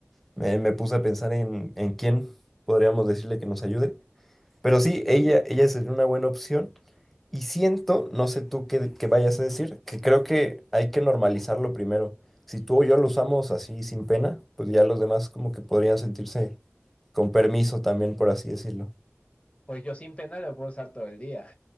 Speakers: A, in the centre; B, on the left.
A: Me, me puse a pensar en, en quién podríamos decirle que nos ayude. Pero sí, ella, ella sería una buena opción. Y siento, no sé tú qué, qué vayas a decir, que creo que hay que normalizarlo primero. Si tú o yo lo usamos así sin pena, pues ya los demás como que podrían sentirse con permiso también, por así decirlo.
B: Pues yo sin pena lo puedo usar todo el día.